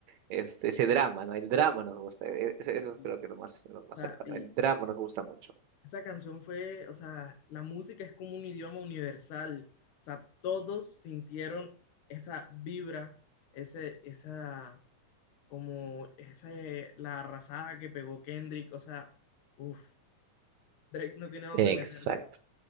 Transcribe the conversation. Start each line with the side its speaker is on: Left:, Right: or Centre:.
Right: este, ese drama, ¿no? El drama nos gusta. E- e, Eso, eso
Left: Y,
Right: creo que es lo más,
Left: o
Right: lo más
Left: sea,
Right: cercano.
Left: y-
Right: El drama nos gusta mucho.
Left: Esa canción fue, o sea, la música es como un idioma universal. O sea, todos sintieron esa vibra, ese, esa, como, ese, la arrasada que pegó Kendrick. O sea, uff, Drake no tiene dónde
Right: Exacto.
Left: meter.